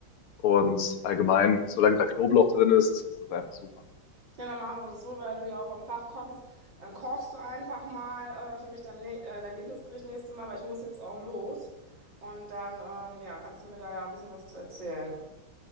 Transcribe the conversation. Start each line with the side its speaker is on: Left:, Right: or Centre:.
Left: Und allgemein, solange da Knoblauch drin ist, ist das einfach super.
Right: Ja, dann machen wir das so, weil du ja auch vom Fach kommst. Dann kochst du einfach mal äh, für mich dein, nä- äh, dein Lieblingsgericht nächstes Mal, weil ich muss jetzt auch los. Und dann, ähm, ja, kannst du mir da ja ein bisschen was zu erzählen.